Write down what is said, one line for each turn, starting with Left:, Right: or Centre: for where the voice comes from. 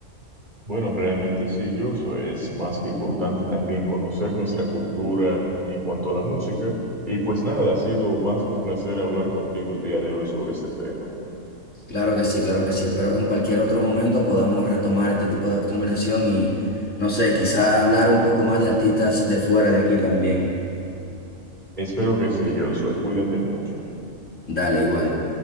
Right: Bueno, realmente sí, Joshua. Es más que importante también conocer nuestra cultura en cuanto a la música. Y pues nada, ha sido más que un placer hablar contigo el día de hoy sobre este tema.
Left: Claro que sí, claro que sí. Espero que en cualquier otro momento podamos retomar este tipo de conversación y, no sé, quizá hablar un poco más de artistas de fuera de aquí también.
Right: Espero que sí, Joshua. Cuídate mucho.
Left: Dale, igual.